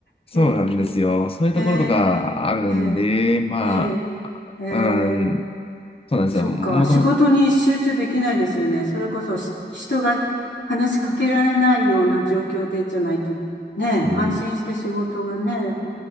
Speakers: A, on the left (about 85°); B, on the left (about 30°).
A: へ
B: そうなんですよ。そういうところとかあるんで、
A: え。へえ、ええ、
B: まあ、
A: ええ、ええ、
B: うん、そうなんですよ。
A: そっか。
B: もともと、
A: 仕事に集中できないですよね。それこそし人が話しかけられないような状況でじゃないと、ね、
B: うん、
A: 安心して仕事がね、